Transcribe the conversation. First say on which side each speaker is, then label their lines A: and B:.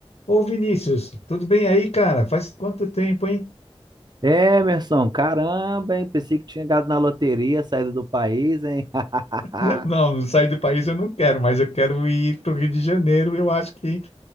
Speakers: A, on the left; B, on the right.
A: Ô Vinícius, tudo bem aí, cara? Faz quanto tempo, hein?
B: Emerson, caramba, hein? Pensei que tinha ganhado na loteria, saído do país, hein?
A: <laughs>
B: <laughs>
A: Não, não sair do país eu não quero, mas eu quero ir pro Rio de Janeiro. Eu acho que